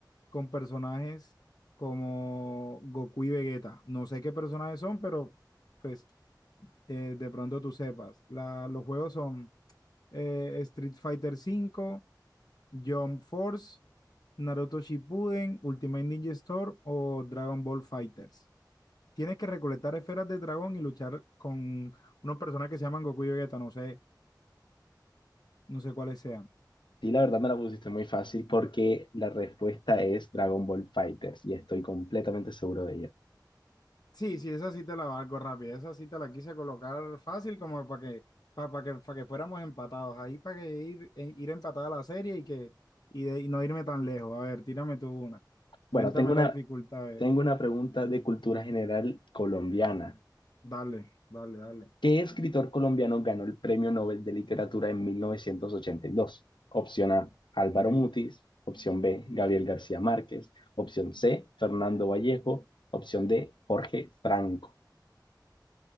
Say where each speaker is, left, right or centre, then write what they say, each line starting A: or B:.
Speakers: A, on the left; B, on the left.
A: con personajes como Goku y Vegeta. No sé qué personajes son, pero pues eh, de pronto tú sepas. La- los juegos son eh, Street Fighter cinco, Jump Force, Naruto Shippuden, Ultimate Ninja Storm o Dragon Ball Fighters. Tienes que recolectar esferas de dragón y luchar con unos personajes que se llaman Goku y Vegeta, no sé, no sé cuáles sean.
B: sí, la verdad me la pusiste muy fácil porque la respuesta es Dragon Ball Fighters y estoy completamente seguro de ella.
A: Sí, sí, esa sí te la valgo rápida. Esa sí te la quise colocar fácil como para que, para, que, para que fuéramos empatados. Ahí para que ir, e- ir empatada la serie y que y, de- y no irme tan lejos. A ver, tírame tú una.
B: Bueno,
A: Cuéntame
B: tengo una,
A: la dificultad. A ver,
B: tengo una pregunta de cultura general colombiana.
A: dale, dale, dale.
B: ¿Qué escritor colombiano ganó el Premio Nobel de Literatura en 1982? Opción A, Álvaro
A: Ok.
B: Mutis. Opción B, Gabriel García Márquez. Opción C, Fernando Vallejo. Opción D, Jorge Franco.